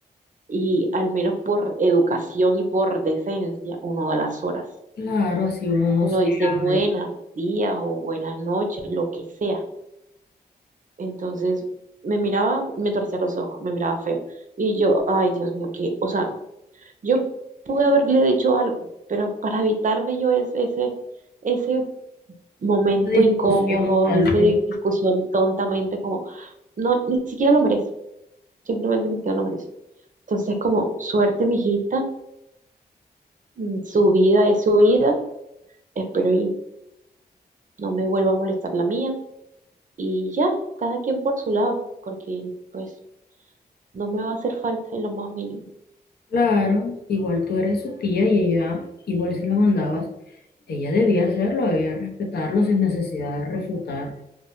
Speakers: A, on the right; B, on the left.
A: y al menos por educación y por decencia uno da las horas.
B: Claro, así uno no
A: Uno
B: se
A: dice buenas
B: hable.
A: días o buenas noches, lo que sea. Entonces me miraba, me torcía los ojos, me miraba feo. Y yo, ay, Dios mío, que, o sea, yo pude haberle dicho algo, pero para evitarme yo ese, ese, ese momento
B: La discusión
A: incómodo,
B: tal
A: esa
B: vez.
A: discusión tontamente, como, no, ni siquiera lo merece, simplemente ni siquiera lo merece. Entonces, como, suerte, mijita, mm, su vida es su vida, espero y no me vuelva a molestar la mía. Y ya, cada quien por su lado, porque pues no me va a hacer falta en lo más mínimo.
B: Claro, igual tú eres su tía y ella, igual si la mandabas, ella debía hacerlo, debía respetarlo sin necesidad de refutar.